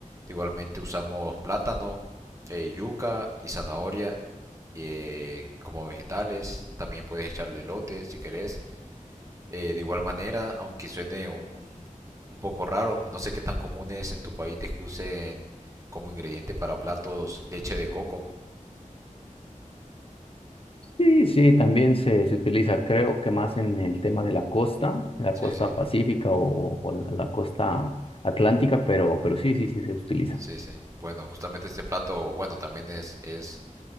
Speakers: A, on the right; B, on the left.
A: Igualmente usamos plátano, eh, yuca y zanahoria eh, como vegetales. También puedes echarle elote si querés. Eh, de igual manera, aunque suene un, un- un poco raro, no sé qué tan común es en tu país de que usen como ingrediente para platos leche de coco.
B: Sí, sí, también se, se utiliza, creo que más en el tema de la costa, la
A: Sí,
B: costa
A: sí,
B: pacífica o, o la, la costa atlántica, pero, pero sí, sí, sí se utiliza.
A: sí, sí. Bueno, justamente este plato, bueno, también es, es